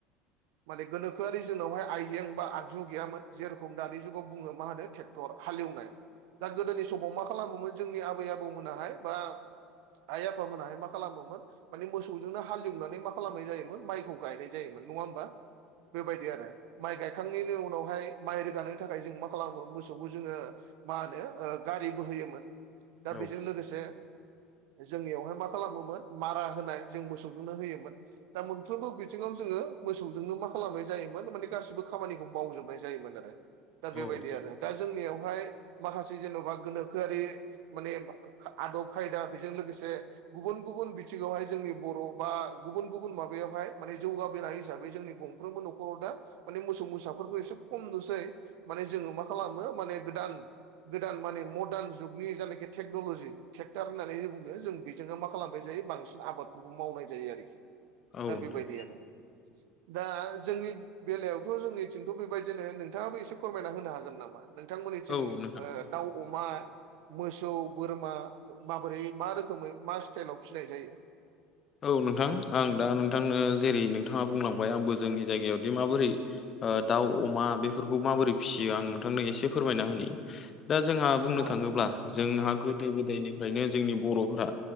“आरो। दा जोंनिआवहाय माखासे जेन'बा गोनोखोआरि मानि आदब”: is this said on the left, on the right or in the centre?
Right